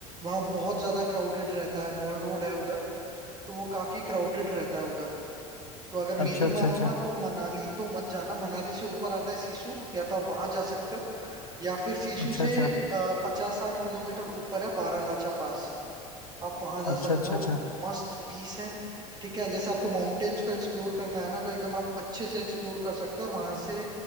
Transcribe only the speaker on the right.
वहाँ बहुत ज्यादा क्राउडेड रहता है मॉल रोड है उधर तो वो काफी क्राउडेड रहता है उधर तो अगर मेरी
मानो
ना तो मनाली तो मत जाना मनाली से ऊपर आता है सिसु या तो आप वहां जा सकते हो या फिर सिसु
से
पचास साठ किलोमीटर ऊपर है बारालाचा पास आप वहां जा
सकते
हो
मस्त पीस है ठीक है जैसे आपको माउंटेन्स को एक्सप्लोर करना है ना तो एकदम आप अच्छे से एक्सप्लोर कर सकते हो और वहां से